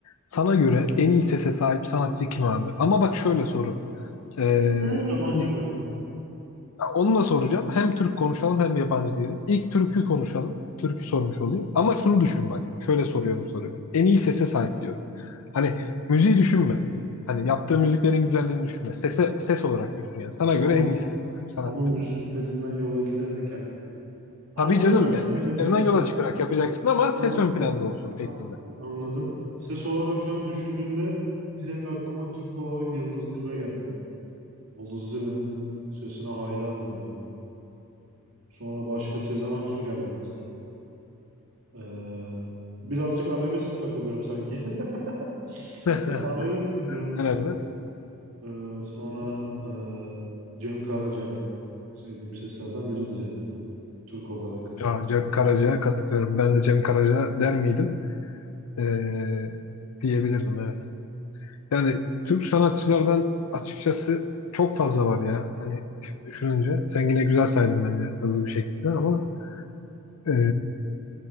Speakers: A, on the left (about 80°); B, on the right (about 75°).
A: Sana göre en iyi sese sahip sanatçı kim abi? Ama bak şöyle soru. Ee,
B: mü yabancı
A: hani
B: mı?
A: onu da soracağım. Hem Türk konuşalım hem yabancı diyelim. İlk türkü konuşalım. Türkü sormuş olayım. Ama şunu düşün bak. Şöyle soruyorum soruyu. En iyi sese sahip diyorum. Hani müziği düşünme. Hani yaptığı müziklerin güzelliğini düşünme. Sese, ses olarak düşün yani. Sana
B: Ama
A: göre en iyi sese sahip sanatçı.
B: ama müziklerinden yola giderek yani. Anladım
A: Tabii canım
B: ben senin
A: yani müziklerinden
B: ne demek istediğini.
A: yola çıkarak yapacaksın ama
B: An,
A: ses ön planda olsun
B: anladım,
A: şeklinde.
B: anladım. Ses olarak şu an düşündüğümde direkt aklıma Türk olarak Yıldız Tilbe geldi. Yıldız Tilbe'nin sesine hayranım yani. Sonra başka Sezen Aksu geldi mesela. Ee, birazcık arabesk takılıyorum sanki. <laughs>
A: <laughs>
B: Arabesk gidiyorum.
A: Herhalde.
B: Ee, sonra e, Cem Karaca sevdiğim seslerden biridir yani Türk olarak.
A: Ya, Cem Karaca'ya katılıyorum. Ben de Cem Karaca der miydim? Ee, diyebilirdim evet. Yani Türk sanatçılardan açıkçası çok fazla var ya. Hani şimdi düşününce sen yine güzel saydın bence hızlı bir şekilde ama ee,